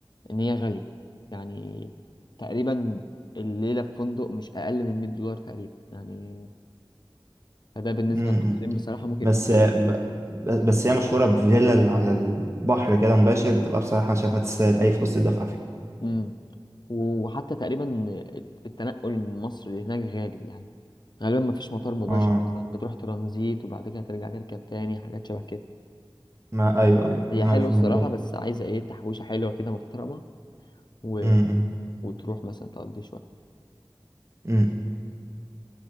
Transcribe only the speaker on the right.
مم.
بس
ب- بس هي مشهورة بفيلا على البحر كده مباشر بتبقى بصراحة أنا شايفها تستاهل أي فلوس تدفع فيها
اه
ما أيوه أيوه
أنا
عارف
الموضوع ده
مم.
مم.